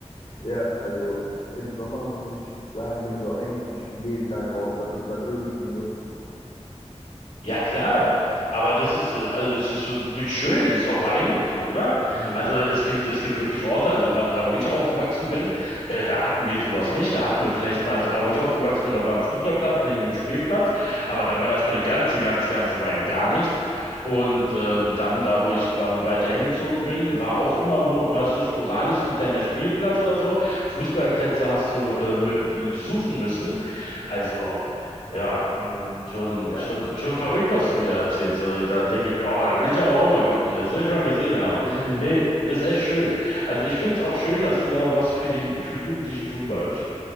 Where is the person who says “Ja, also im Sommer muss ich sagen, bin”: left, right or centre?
Left